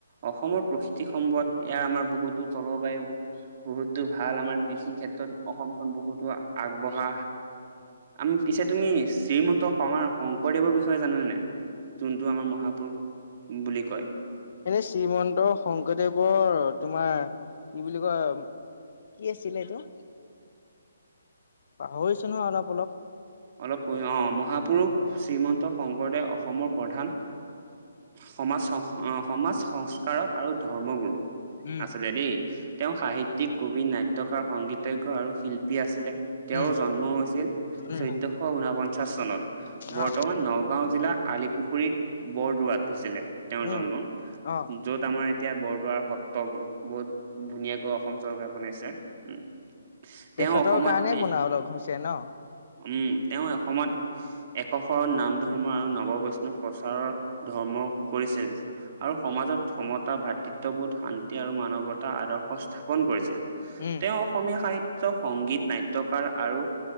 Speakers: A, on the right; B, on the left.
A: অসমৰ প্ৰকৃতি সম্পদ ইয়াৰ আমাৰ বহুত জলবায়ু বহুত। ভাল আমাৰ কৃষি ক্ষেত্ৰত অসমখন বহুতো আগবঢ়া। আমি পিছে তুমি শ্ৰীমন্ত শমাৰ শংকৰদেৱৰ বিষয়ে জানা নে নাই। যোনটো আমাৰ মহাপুৰুষ বুলি কয়
B: এনেই শ্ৰীমন্ত শংকৰদেৱৰ তোমাৰ কি বুলি কয় কি আছিলে এইটো পাহৰিছো নহয় অলপ অলপ
A: অলপ় অ মহাপুৰুষ শ্ৰীমন্ত শংকৰদেৱ অসমৰ প্ৰধান সমাজ সমাজ সংস্কাৰক আৰু ধৰ্ম গুৰু
B: উম
A: আছিলে দেই তেওঁ সাহিত্যিক কবি নাট্যাকাৰ সংগীতজ্ঞ আৰু শিল্পী আছিলে তেওঁৰ
B: উম
A: জন্ম হৈছিল
B: উম
A: চৈধ্যয়শ ঊনপঞ্চাশ চনত বৰ্তমান
B: অ
A: নগাঁও জিলা আলিপুখুৰীত বৰদোৱাত হৈছিলে তেওঁৰ
B: উম
A: জন্ম
B: অ
A: য'ত আমাৰ এতিয়া বৰদোৱাৰ সত্ৰ বহুত ধুনীয়াকৈ অসম চৰকাৰে বনাইছে উম তেওঁ
B: তেখেতৰ
A: অসমত
B: কাৰণেই
A: এ
B: বন <unintelligible> হৈছে ন
A: উম তেওঁ এ অসমত একশৰণ নাম ধৰ্ম আৰু নৱ বৈষ্ণৱ প্ৰচাৰৰ ধৰ্ম কৰিছিল আৰু সমাজত সমতা ভাতৃত্ববোধ শান্তি আৰু মানৱতা আদৰ্শ স্থাপন কৰিছিল।
B: উম
A: তেওঁ অসমীয়া সাহিত্য সংগীত নাট্য নাট্যকাৰ আৰু